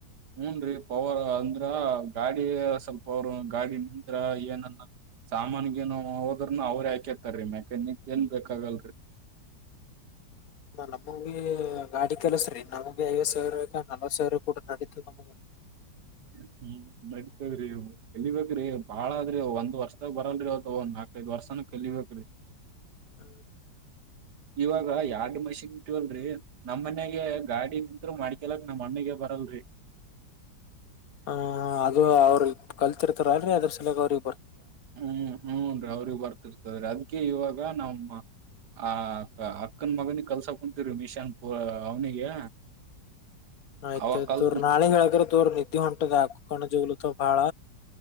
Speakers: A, on the right (about 65°); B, on the left (about 55°).
A: ಹೂನ್ ರೀ ಪವರ್ ಅಂದ್ರ ಗಾಡಿ ಸ್ವಲ್ಪ ಅವರು ಗಾಡಿ ನಿಂತ ಏನನ್ನ. ಸಾಮಾನಗೇನು ಹೋದ್ರನು ಅವ್ರ ಹಾಕೇತಾರೀ ಮೆಕ್ಯಾನಿಕ್ ಏನ್ ಬೇಕಾಗಲ್ರರಿ. <inaudible>
B: ನನ್ ಒಬ್ಬುಗೆ ಗಾಡಿ. ಸ್ರೀ ನಮ್ಗೆ ಐವತ್ ಸೇರಾ ನಲ್ವತ್ ಸೇರು ಕೊಡ್ರು ನಡಿತ ನಮ್ಗ.
A: ಹ್ಮ ನಡಿತವ್ರಿ <unintelligible> ಬಾಳದ್ರಿ ಒಂದ್ ವರ್ಷದಾಗ ಬರಲ್ರಿ ಅವ <unintelligible> ಐದ್ ವರ್ಷಾನ ಕಲಿಬೇಕ್ರಿ.
B: ಹ
A: ಇವಾಗ ಎರಡ್ ಮಷಿನ್ ಇಟ್ಟವಲ್ಲ್ರಿ ನಮ್ಮ ಮನೆಗೆ ಗಾಡಿ ನಿಂತು ಮಾಡ್ಕಲಕ್ ನಮ್ಮಣ್ಣಗೆ ಬ ಬರಲ್ ರಿ
B: ಹ ಅದು ಅವ್ರು ಕಲ್ತಿರ್ತಾರ ಅದ್ ಅದ್ರ ಸಲಾಗಿ ಅವ್ರ
A: ಹ್ಮ್ ಹ್ಮ ರೀ ಅವ್ರಿಗ್ ಬರ್ತಿರ್ತದ್ರೀ ಅದ್ಕೇ ಇವಾಗ ನಮ್ಮ ಆ ಅಕ್ಕನ್ ಮಗನಿಗ್ ಕಲ್ಸಾ ಕುಂತೀರೀ ಮಿಶಾನ್ ಪು ಅವ್ನಿಗೆ.
B: ಆಯ್ತುತೋರ್
A: ಅವ ಕಲ್ತ್
B: ನಾಳೆ ಹೇಳಗ್ರ ತೊಗರಿ ನಿದ್ದೆ ಹೊಂಟದ ಏಕ ಕಣ್ ಜವ್ಲುತ್ತವ್ ಬಾಳ.